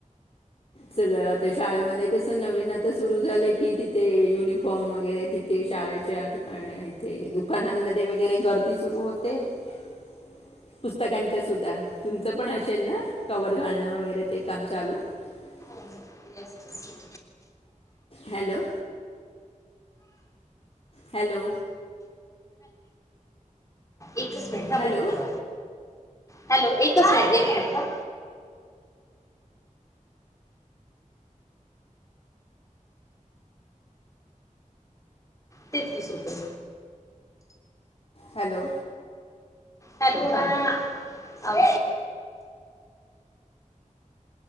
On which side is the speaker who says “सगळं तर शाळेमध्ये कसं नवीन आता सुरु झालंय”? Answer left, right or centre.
Left